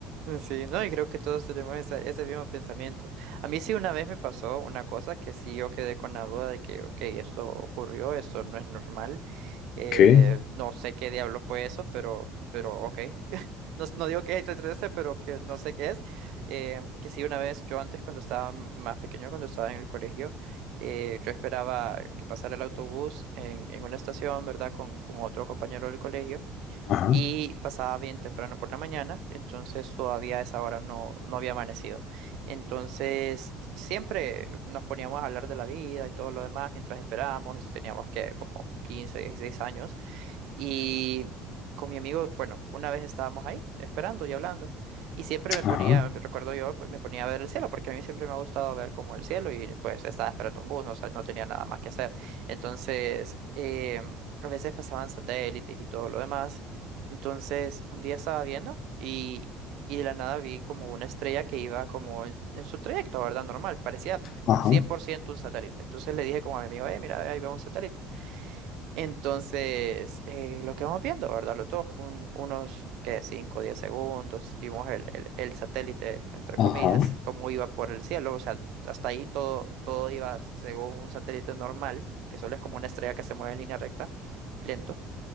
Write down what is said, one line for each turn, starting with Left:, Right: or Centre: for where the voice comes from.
Right: sí, no, y creo que todos tenemos esa- ese mismo pensamiento. A mí sí una vez me pasó una cosa que sí yo quedé con la duda de que, ok, esto ocurrió, esto no es normal, eh,
Left: ¿Qué?
Right: no sé qué diablo fue eso, pero, pero ok. No, no digo que es extraterrestre, pero que no sé qué es. Eh, que sí, una vez, yo antes cuando estaba más pequeño, cuando estaba en el colegio, eh, yo esperaba que pasara el autobús en, en una estación, ¿verdad? Con, con otro compañero del colegio
Left: Ajá,
Right: y pasaba bien temprano por la mañana, entonces todavía a esa hora no, no había amanecido. Entonces siempre nos poníamos a hablar de la vida y todo lo demás mientras esperábamos, teníamos que como 15 16 años y con mi amigo, bueno, una vez estábamos ahí esperando y hablando y siempre me ponía,
Left: ajá.
Right: me recuerdo yo, me ponía a ver el cielo porque a mí siempre me ha gustado ver como el cielo y pues estaba esperando un bus, no, sa- no tenía nada más que hacer. Entonces... em, a veces pasaban satélites y todo lo demás, entonces, un día estaba viendo y, y de la nada vi como una estrella que iba como en, en su trayecto, ¿verdad? Normal, parecía
Left: Ajá,
Right: 100% un satélite. Entonces le dije como a mi amigo, eh, mira, ahí va un satélite. Entonces, eh, lo que vamos viendo, ¿verdad? Los dos, un- unos, que 5 10 segundos, vimos el, el, el satélite, entre
Left: ajá,
Right: comillas, cómo iba por el cielo. O sea, hasta ahí todo, todo iba según un satélite normal, que solo es como una estrella que se mueve en línea recta, lento.